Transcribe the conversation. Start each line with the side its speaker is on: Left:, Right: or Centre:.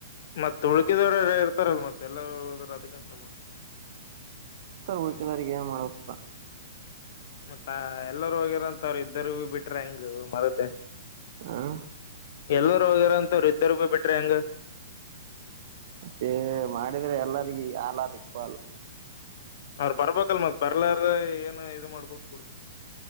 Left: ಮತ್ತತ್ ಉುಳ್ಕಿದವ್ರ ಇರ್ತಾರಲ್ ಮತ್ತೆ ಎಲ್ಲದ್ರ ಅದಕ್ಕನ್ ಸಮ
Right: ಹುಳ್ಕಿದಾರಗ ಏನ್ <unintelligible>
Left: ಮತ್ತ ಎಲ್ಲರೂ ಹೋಗಿರಂತ ಅವ್ರರು ಇದರು ಬಿಟ್ರ ಹೆಂಗ ಮರುದೆ
Right: ಹ್ಮ
Left: ಎಲ್ಲರು ಹೋಗಾರ ಅಂತವರು ಇದ್ದರು ಬಿಟ್ರೆ ಹೆಂಗ
Right: ಹೇ ಮಾಡಿದ್ರೆ ಎಲ್ಲರಿಗ ಆಲ್ಲ್ ಅರ್ ಇಕ್ವಲ್
Left: ಅವ್ರ ಬರ್ಬೇಕಲ್ ಮತ್ ಬರ್ಲಾರ ಏನು ಇದು ಮಾಡ್ಕೋಕ್ಡುದ